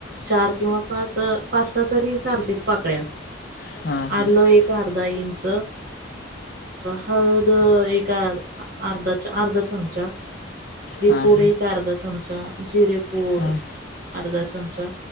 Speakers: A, on the right; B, on the left.
A: चार किंवा पाच पाच तरी चालतील पाकळ्या
B: हां हां
A: आलं एक अर्धा इंच हळद एक अर्धा अर्धा चमचा
B: हां
A: पूड
B: हां हां
A: एक अर्धा चमचा, जिरे पोड
B: हां
A: अर्धा चमचा